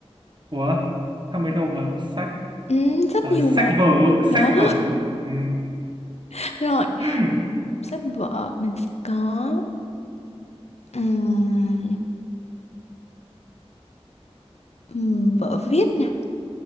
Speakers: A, on the right; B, on the left.
A: Ủa? Sao mới đầu mà sách?
B: Ừ, rất
A: À,
B: nhiều
A: sách
B: mà.
A: vở, sách
B: Đó,
A: vở. Ừ.
B: <laughs> rồi.
A: <laughs>
B: Sách vở mình sẽ có ừm, ừm, vở viết nè.